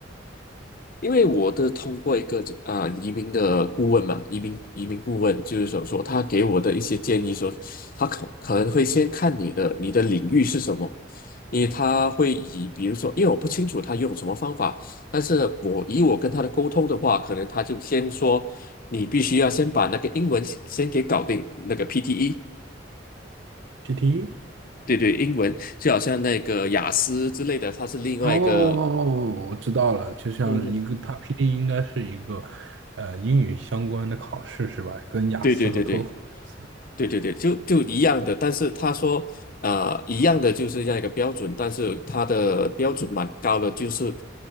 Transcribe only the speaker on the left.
因为我的通过一个啊、移民的顾问嘛，移民移民顾问就是说说他给我的一些建议说，他可可能会先看你的你的领域是什么，因为他会以比如说，因为我不清楚他用什么方法，但是我以我跟他的沟通的话，可能他就先说你必须要先把那个英文先给搞定，那个 PTE，
对对，英文就好像那个雅思之类的，它是另外一个，
嗯，
对对对对。对对对，就就一样的，但是他说，啊、一样的就是这样一个标准，但是他的标准蛮高的，就是